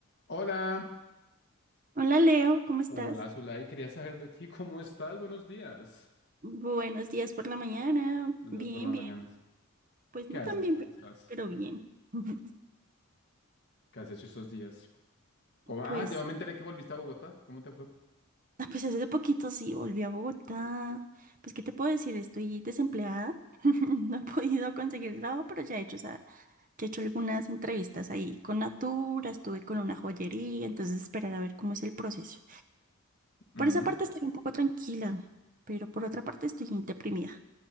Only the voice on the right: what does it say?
Hola Leo, ¿cómo estás?
Buenos días por la mañana.
Bien,
bien.
Pues
no
tan bien,
pero
pero
bien. <laughs>
Pues,
ah, pues hace poquito sí, volví a Bogotá. Pues, ¿qué te puedo decir? Estoy desempleada. <laughs> No he podido conseguir trabajo, pero ya he hecho, o sea, ya he hecho algunas entrevistas ahí con Natura, estuve con una joyería, entonces esperar a ver cómo es el proceso.
Por esa parte estoy un poco tranquila, pero por otra parte estoy deprimida,